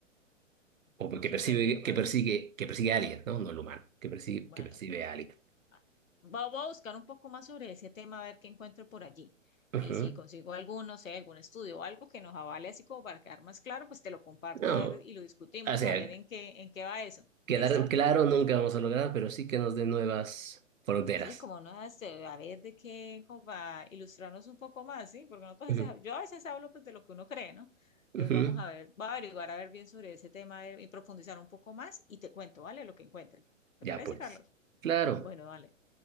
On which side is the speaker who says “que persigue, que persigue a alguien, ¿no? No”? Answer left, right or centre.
Right